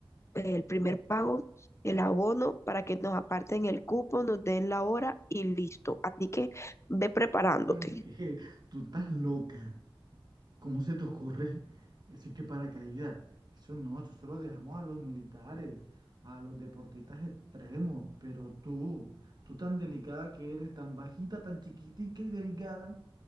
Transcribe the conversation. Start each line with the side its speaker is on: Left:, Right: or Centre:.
Left: el primer pago, el abono para que nos aparten el cupo, nos den la hora y listo. Así que ve preparándote.
Right: Mm, que Tú estás loca. ¿Cómo se te ocurre? Eso es que paracaídas. Eso no, eso se lo dejamos a los militares, a los deportistas extremos. Pero tú, tú tan delicada que eres, tan bajita, tan chiquitica y delgada.